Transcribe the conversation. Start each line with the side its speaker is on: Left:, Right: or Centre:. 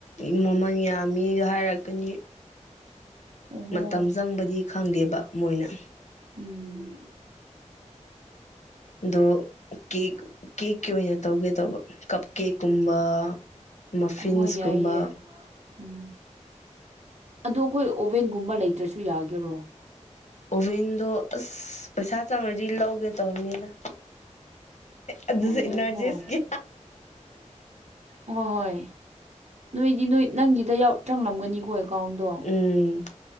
Left: ꯎꯝ ꯃꯃꯜ ꯌꯥꯝꯃꯤꯒ ꯍꯥꯏꯔꯛꯀꯅꯤ
Right: ꯑꯣꯍꯣ
Left: ꯃꯇꯝ ꯆꯪꯕꯗꯤ ꯈꯪꯗꯦꯕ ꯃꯣꯏꯅ
Right: ꯎꯝ
Left: ꯑꯗꯣ ꯀꯦꯛ ꯀꯦꯛꯀꯤ ꯑꯣꯏꯅ ꯇꯧꯒꯦ ꯇꯧꯕ ꯀꯞ ꯀꯦꯛꯀꯨꯝꯕ ꯃꯐꯤꯟꯁꯀꯨꯝꯕ
Right: ꯍꯣꯏ ꯌꯥꯏꯌꯦ ꯎꯝ ꯑꯗꯣ ꯑꯈꯣꯏ ꯑꯣꯚꯦꯟꯒꯨꯝꯕ ꯂꯩꯇ꯭ꯔꯁꯨ ꯌꯥꯒꯦꯔꯣ
Left: ꯑꯣꯚꯦꯟꯗꯣ ꯑꯁ ꯄꯩꯁꯥ ꯆꯪꯔꯗꯤ ꯂꯧꯒꯦ ꯇꯧꯅꯤꯗ ꯑꯗꯨꯖꯨ
Right: ꯍꯣꯏ ꯌꯥꯏꯀꯣ
Left: ꯏꯅꯔꯖꯤꯁꯀꯤ
Right: ꯍꯣꯏ ꯑꯣꯍꯣꯏꯍꯣꯏ ꯅꯣꯏꯗꯤ ꯅꯣꯏ ꯅꯪꯒꯤꯗ ꯌꯥꯎ ꯆꯪꯂꯝꯒꯅꯤꯀꯣ ꯑꯦꯀꯥꯎꯟꯗꯣ
Left: ꯎꯝ